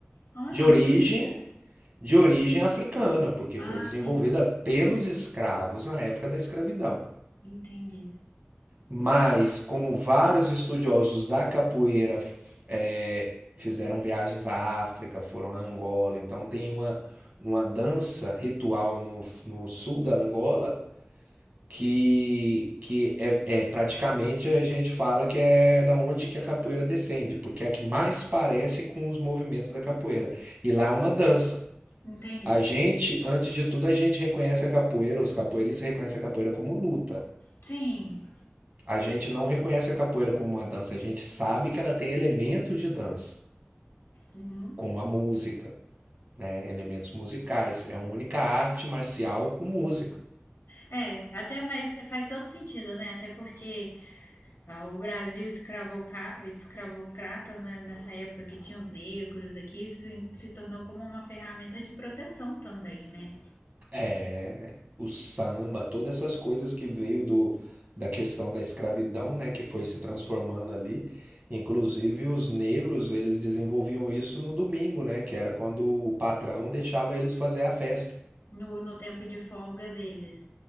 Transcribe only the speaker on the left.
Olha,
eu não sabia.
Ah,
sim.
Entendi.
Entendi.
Sim.
Uhum.
É, até mas faz todo sentido, né? Até porque ah, o Brasil escravoca- escravocrata, né, nessa época que tinha os negros aqui, se, se tornou como uma ferramenta de proteção também, né?
No, no tempo de folga deles.